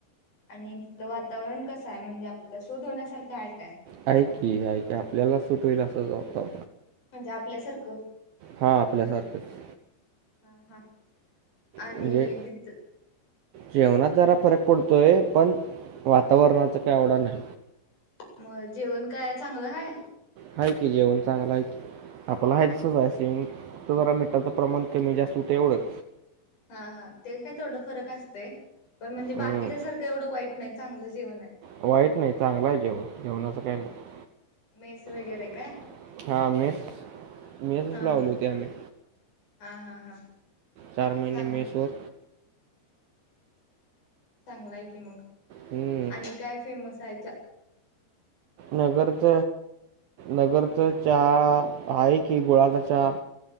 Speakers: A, on the left; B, on the right.
A: आणि तिथलं वातावरण कसंय म्हणजे आपल्याला सोट होण्यासारखं हाय काय?
B: हाय की हाय आपल्याला सुट होईल असंच वातं
A: म्हणजे आपल्यासारखं.
B: हा आपल्यासारखंच.
A: हा हा आणि
B: म्हणजे
A: तिथ
B: जेवणात जरा फरक पडतोय पण वातावरणाचं काय एवढा नाय.
A: मग जेवण काय चांगलं हाय?
B: हाय की जेवण चांगलंय की आपला हाय तसंच हाय सेम फक्त जरा मिठाचं प्रमाण कमी जास्त होतंय एवढच.
A: हा हा ते काय तेवढं फरक असतंय, पण म्हणजे
B: हम्म.
A: बाकीच्या सारखं एवढं वाईट नाही. चांगलं जेवण आहे.
B: वाईट नाही. चांगला आहे जेवण जेवणाचं काही नाही.
A: मेस वगैरे
B: <inaudible>
A: काय
B: हा मेस मेसच
A: हा
B: लावली
A: हा
B: होती आम्ही.
A: हा, हा, हा.
B: चार महिने
A: चांगला
B: मेस वर.
A: चांगलाय की मग
B: हम्म.
A: आणि काय फेमस हाय. चा
B: नगरच नगरचा चहा आहे की, गुळाचा चहा.